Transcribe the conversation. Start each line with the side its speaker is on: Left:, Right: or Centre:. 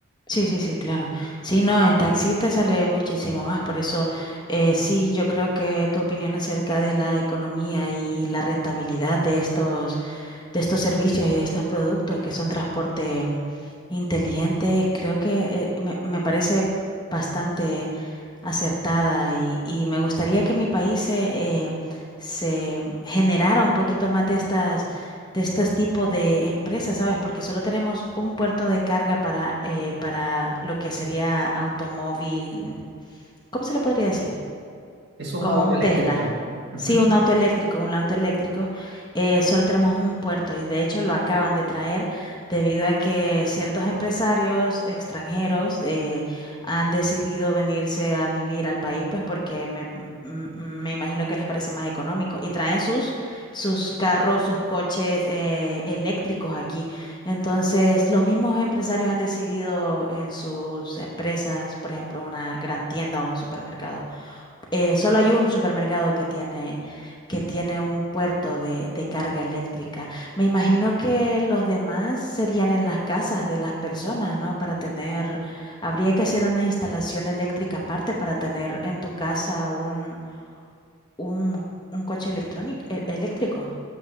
Left: Sí, sí, sí, claro. Sí, no, en taxi te sale muchísimo más. Por eso, eh, sí, yo creo que tu opinión acerca de la economía y la rentabilidad de estos de estos servicios y de estos productos que son transporte mm, inteligente, creo que eh, me, me parece bastante acertada y, y me gustaría que mi país se, eh, se generara un poquito más de estas, de estos tipos de empresas, ¿sabes? Porque solo tenemos un puerto de carga para, eh, para lo que sería automóvil, ¿cómo se le podría decir?
Right: Es un
Left: como
Right: auto
Left: un
Right: eléctrico.
Left: Tesla.
Right: Ujú.
Left: Sí, un auto eléctrico, un auto eléctrico. eh, solo tenemos un puerto y de hecho lo acaban de traer debido a que ciertos empresarios extranjeros eh, han decidido venirse a vivir al país, pues porque me, m- m- me imagino que les parece más económico y traen sus, sus carros, sus coches eh, eléctricos aquí. Entonces, los mismos empresarios han decidido en sus empresas, por ejemplo, una gran tienda o un supermercado eh, solo hay un supermercado que tiene, que tiene un puerto de, de carga eléctrica. Me imagino que los demás serían en las casas de las personas, ¿no? Para tener, habría que hacer una instalación eléctrica aparte para tener en tu casa un, un, un coche electrónico, e- eléctrico.